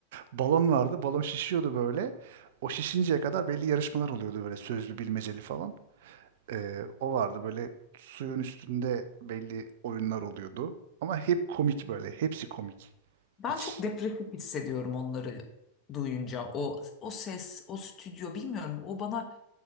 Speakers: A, on the right; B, on the left.
A: Balon vardı. Balon şişiyordu böyle. O şişinceye kadar belli yarışmalar oluyordu böyle sözlü bilmeceli falan. Ee, o vardı böyle suyun üstünde belli oyunlar oluyordu. Ama hep komik böyle. Hepsi komik.
B: Ben
A: Hiç
B: çok depresif hissediyorum onları duyunca. O o ses, o stüdyo bilmiyorum. O bana